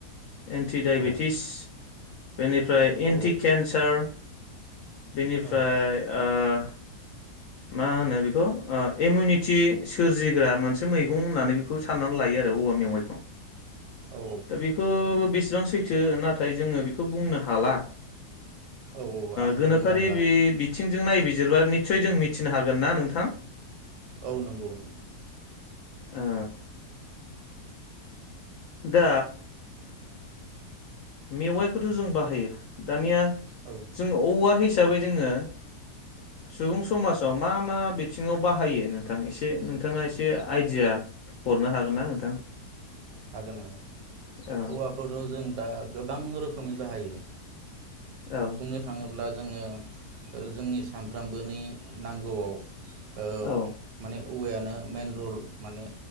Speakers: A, on the left; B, on the right.
A: एन्टिडायबेटिस
B: औ
A: बेनिफ्राय
B: औ
A: एन्टि केन्सार बेनिफ्राय
B: औ
A: ओ <inaudible> मा होनो बेखौ ओ इमिउनिटि सोरजिग्रा मोनसे मैगं होननानै बेखौ साननानै लायो आरो औवा मेवाइखौ।
B: औ
A: दा बेखौ बि बिसेबां सैथो नाथाय जोङो बेखौ बुंनो हाला
B: औ आंबो
A: गोनोखोरि
B: बुंनो हाला
A: बे बिथिंजों नायबिजिरबा <unintelligible> मि थिनो हागोना नोंथां?
B: औ नंगौ
A: ओ दा मेवाइखौथ जों बाहायो दानिया
B: औ
A: जोंङो औवा हिसाबै जोङो सुबुं समाजाव मा मा बिथिङाव बाहायो नोंथां एसे नोंथाङा एसे आइडिया हरनो हागोन ना नोंथां?
B: हागोन हागोन
A: औ
B: हौवाखौथ जों दा गोबां रोखोमै बाहायो
A: औ
B: बुंनो थाङोब्ला जोङो ओ जोंनि सानफ्रोमबोनि नांगौआव ओ
A: औ
B: माने औवायानो मेन रल माने